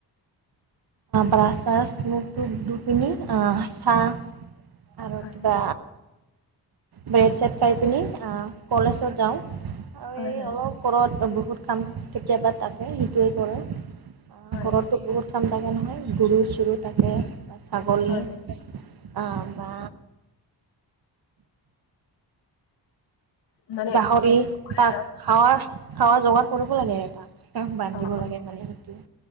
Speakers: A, on the right (about 60°); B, on the left (about 80°).
A: ব্ৰাছ ছাছ মুখ টু ধুই পিনি চাহ। আৰু
B: হয়
A: কিবা ব্ৰেড চেড খাই পিনি কলেজত যাওঁ। আৰু
B: হয়
A: এই
B: হয়
A: অলপ কৰৰত বহুত কাম কেতিয়াবা তাকে সেইটোৱে কৰে।
B: হয়
A: ঘৰতটো গহুত খাম থাকে নহয় গৰু চৰু থাকে বা ছাগলী।
B: হয়
A: অ' বা
B: মানে
A: গাহৰি
B: ঘৰত নকৰে
A: তাক
B: আৰু
A: খাৱা খাৱা জোগাত। কৰিব
B: হয়
A: লাগে তাত বান্ধিব
B: অ অ
A: লাগে মানে সেইটো